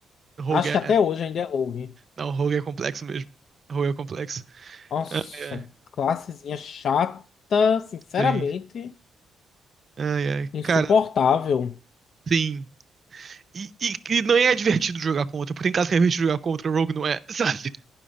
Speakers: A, on the right (about 45°); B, on the left (about 60°).
A: Rogue
B: Acho
A: é.
B: que até
A: é.
B: hoje ainda é Rogue.
A: Não, Rogue é complexo mesmo. Rogue é complexo.
B: Nossa,
A: Ai, ai.
B: classezinha chata, sinceramente,
A: Sim. Ai, ai.
B: insuportável.
A: Cara, sim. E, e, e não é divertido jogar contra, porque em caso que é divertido jogar contra, o Rogue não é, <laughs> sabe?